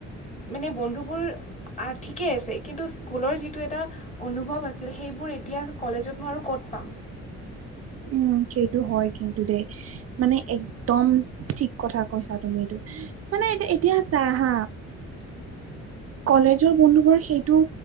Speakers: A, on the left; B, on the right.
A: মানে বন্ধুবোৰ ঠিকেই আছে কিন্তু স্কুলৰ যিটো এটা অনুভৱ আছিল সেইবোৰ এতিয়া কলেজতনো আৰু ক'ত পাম।
B: উম, সেইটো হয় কিন্তু দেই, মানে একদম ঠিক কথা কৈছা তুমি এইটো, মানে এতিয়া এতিয়া চা হা কলেজৰ বন্ধুবোৰ সেইটো